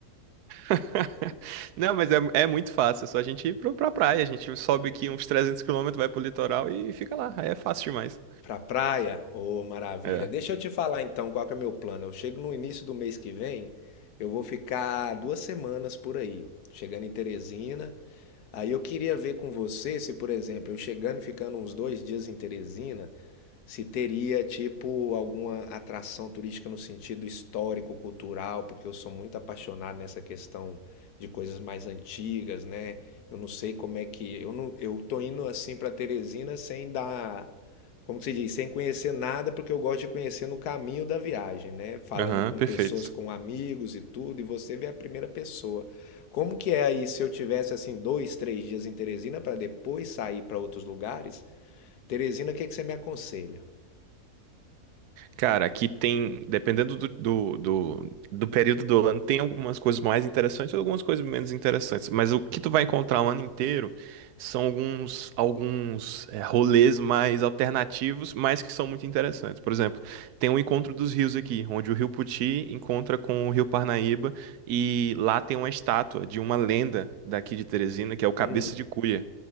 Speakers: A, on the right; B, on the left.
A: <laughs> Não, mas é, é muito fácil, é só a gente ir pro, pra praia. A gente sobe aqui uns 300 quilômetros, vai pro litoral e fica lá. Aí é fácil demais.
B: para praia. Ô, maravilha!
A: É.
B: Deixa eu te falar então qual que é meu plano. Eu chego no início do mês que vem, eu vou ficar duas semanas por aí, chegando em Teresina. Aí eu queria ver com você se, por exemplo, eu chegando e ficando uns dois dias em Teresina, Se teria, tipo, alguma atração turística no sentido histórico, cultural, porque eu sou muito apaixonado nessa questão de coisas mais antigas, né? Eu não sei como é que. Eu não, eu tô indo assim para Teresina sem dar, como que se diz, sem conhecer nada, porque eu gosto de conhecer no caminho da viagem, né? Falando
A: Aham,
B: com
A: perfeito.
B: pessoas, com amigos e tudo, e você vê a primeira pessoa. Como que é aí se eu tivesse assim dois, três dias em Teresina para depois sair para outros lugares? Teresina, o que que você me aconselha?
A: Cara, aqui tem, dependendo do, do, do, do período do ano, tem algumas coisas mais interessantes e algumas coisas menos interessantes. Mas o que tu vai encontrar o ano inteiro são alguns, alguns é, rolês mais alternativos, mas que são muito interessantes. Por exemplo, tem o Encontro dos Rios aqui, onde o Rio Puti encontra com o Rio Parnaíba e lá tem uma estátua de uma lenda daqui de Teresina, que é o Cabeça
B: Hum,
A: de Cuia